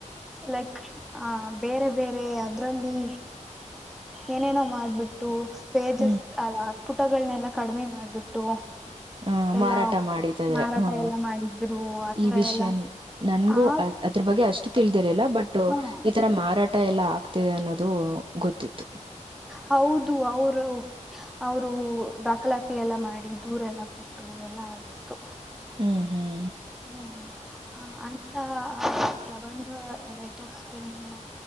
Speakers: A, in the centre; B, on the right.
A: ಲಕ್ ಬೇರೆ ಬೇರೆ ಅದರಲ್ಲಿ ಏನೇನೋ ಮಾಡಿಬಿಟ್ಟು ಪೇಜಸ್
B: ಹ್ಮ್
A: ಅ ಪುಟಗಳನೆೆಲ್ಲ ಕಡಿಮೆ ಮಾಡ್ಬಿಟ್ಟು
B: ಹಾ ಮಾರಾಟ
A: ಎಲ್ಲ
B: ಮಾಡಿದಾದ್ರೆ
A: ಮಾರಾಟ
B: ಹಾ
A: ಎಲ್ಲ ಮಾಡಿದ್ರು ಆತರ
B: ಈ ವಿಷಯನ್
A: ಎಲ್ಲ
B: ನನ್ಗೂ
A: ಆ
B: ಅ ಅದ್ರ ಬಗ್ಗೆ ಅಷ್ಟು ತಿಳಿದಿರಿಲ್ಲ ಬಟ್
A: ಹ
B: ಈ ತರ ಮಾರಾಟ ಎಲ್ಲ ಆಗ್ತಿದೆ ಅನ್ನೋದು ಗೊತ್ತಿತ್ತು
A: ಹೌದು ಅವರು ಅವರು ದಾಖಲಾತಿ ಎಲ್ಲಾ ಮಾಡಿ ದೂರೆಲ್ಲ ಕೊಡ್ ಹ ಎಲ್ಲ ಆಗಿತ್ತು
B: ಹ್ಮ ಹ್ಮ
A: ಹ್ಮ ಅಂತ ಪ್ರಬಂಧ ರೈಟರ್ಸ್ಗಳನ್ನ